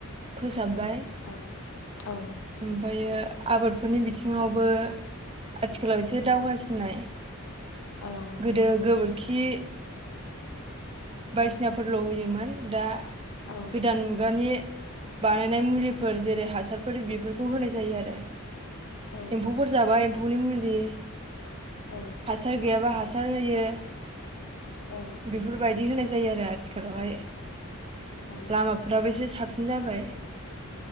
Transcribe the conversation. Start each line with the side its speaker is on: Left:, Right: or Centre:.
Right: फो फोसाबबाय
Left: औ औ
Right: ओमफायो आबादफोरनि बिथिङावबो आथिखालाव एसे दावगासिननाय
Left: औ
Right: गोदो गोबोर खि बायदिसिनाफोरल' होयोमोन दा
Left: औ
Right: गोदान मुगानि बानायनाय मुलिफोर जेरै हासारफोर बेफोरखौ होनाय जायो आरो।
Left: औ
Right: एम्फौफोर जाबा एम म्फुनि मुलि
Left: औ
Right: हासार गैयाबा हा हासार होयो
Left: औ
Right: बेफोरबायदि होनाय जायो आरो आथिखालावहाय।
Left: औ
Right: लामाफोराबो एसे साब सिन जाबाय।